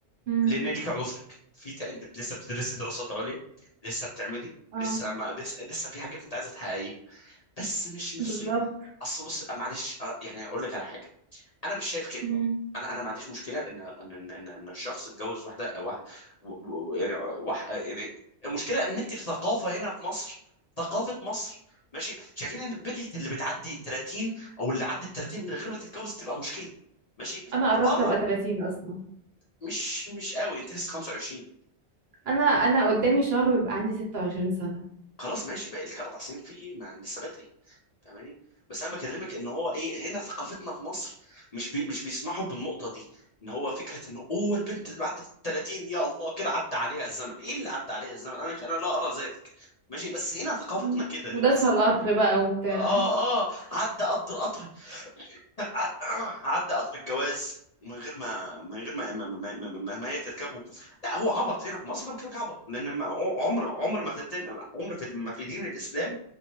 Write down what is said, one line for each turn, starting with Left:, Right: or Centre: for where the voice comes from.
Right: امم
Left: لان ليك عذرك في ت... انت لسه بتدرسي دراسات عليا لسه بتعملي
Right: اه
Left: لسه ما لسه, لسه في حاجات انت عايزه تحققيها بس مش مش
Right: بالظبط
Left: اصل بص آه، معلش آه، يعني اقول لك على حاجه انا مش شايف كده
Right: امم
Left: انا انا ما عنديش مشكله ان ان ان, إن إن الشخص يتجوز واحده أو واحد و- و- يعني أه، واحد أه، يعني المشكله ان انت في ثقافه هنا في مصر ثقافه مصر ماشي شايفين ان البنت اللي بتعدي 30 او اللي عدت 30 من غير ما تتجوز تبقى مشكله ماشي
Right: انا قربت
Left: بره
Right: ابقى 30 اصلا
Left: مش مش قوي انت لسه 25
Right: انا انا قدامي شهر ويبقى عندي 26 سنة
Left: خلاص ماشي باقي لك اربع سنين في ايه ما لسه بدري فاهماني بس انا بكلمك ان هو ايه هنا ثقافتنا في مصر مش بي مش بيسمحوا بالنقطه دي ان هو فكره انه اوه البنت بعد ال 30 يا الله كده عدى عليها الزمن ايه اللي عدى عليها الزمن انا مش انا لا ارى ذلك ماشي بس هنا ثقافتنا
Right: امم
Left: كده للاسف
Right: وداسها القطر بقى وبتاع
Left: اه اه عدى قطر قطر <coughs> <laughs> عدى قطر الجواز من غير ما من غير ما ما, ما, ما, ما ما هي تركبه لا هو عبط هنا في مصر انا بكلمك عبط لان ما- عمر عمر ما في الدين عمر في ما في دين الاسلام